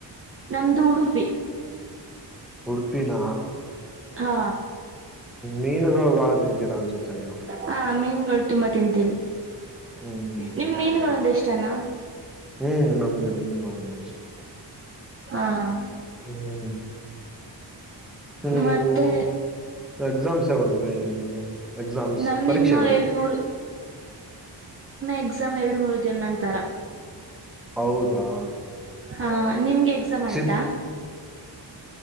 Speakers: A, on the right; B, in the centre.
A: ನಮ್ದು ಉಡುಪಿ
B: ಉಪಿನ
A: ಹಾ
B: ಮೀನುಗಳು ಬಾಳ ತಿಂತೀರಾ ಅನ್ಸುತ್ತೆ ನೀವು
A: ಹ <inaudible> ಮೀನುಗಳು ತುಂಬಾ ತಿಂತೀವಿ
B: ಹ್ಮ್
A: ನಿಮ್ ಮೀನುಗಳು ಎ ಚನ
B: ಹ್ಮ್ ನಮ್ಗೆ ಮೀನುಗಳು ಅಂದೆ ಇಷ್ಟ
A: ಹಾ <inaudible>
B: ಹ್ಮ್ ನೀವು
A: ಮತ್ತೆ
B: ಎಕ್ಸಾಮ್ಸ್ ಯಾವಾಗಿವೆ ನಿಮ್ದು ಎಕ್ಸಾಮ್ಸ್
A: ನಮ
B: ಪರೀಕ್ಷೆಗಳು
A: ಇನ್ನು ಎರ್ಮಮ್ಮ ಎಕ್ಸಾಮ್ ಎರಡು ಮೂರು ದಿನಾಂತರ
B: ಹೌದಾ
A: ಹಾ ನಿಮ್ಗೆ ಎಕ್ಸಾಮ್ ಆಯ್ತಾ
B: ಸಿದ್